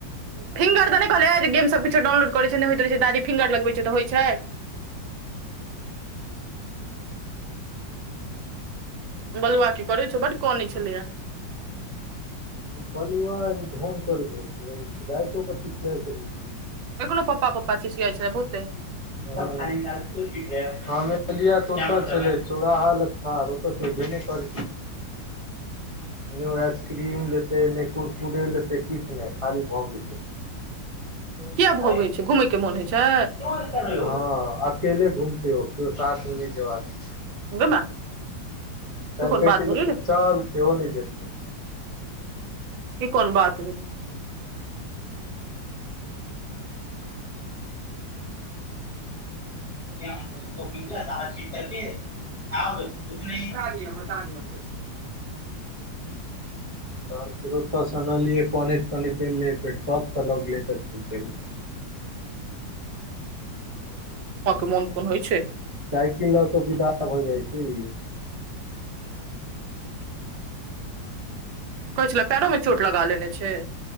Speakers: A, on the right (about 80°); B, on the right (about 60°).
A: फिंगर तऽ नहि कहलै गेमसभ किछो डाउनलोड करै छै नहि होइत रहै छै दादी फिंगर लगबैत छै तऽ होइत छै। बलुआ की कनैछ बट कन छलैा
B: बलुआ ई ढोङंग रहै छै रकथ च रहैक छै।
A: क कोनो पप्पा पप्पा ची सिियाइ छ छलै बहुते
B: <unintelligible> सै रो तऽ छै भे नहि कर छै। नहि ओ आइसक्रीम लेतै ने कुरकुरे लेतै किछु नहि। खाली भगै
A: किए
B: छलै
A: भगै छै के मोन होइ छै।
B: हँ अकेले घूमत हो केो साथ आनंद बौक भ गेल
A: गै माय
B: त
A: ई कोन
B: कै
A: बात
B: छै
A: भेलै रे
B: चाल सेवल जेतै।
A: ई कोन बात भेल
B: <unintelligible>
A: तके मतै--जै
B: तहन फेर ओतऽसँ अनलियै कनैत कनैत एलै फेर छतपर लग गेलै तऽ छुप भेलै
A: मोन कोन होइ छै।
B: साइकिल लऽ कऽ विदा भऽ जाइ छै ई
A: कहै छला पैरो मे चोट लगा लेने छै।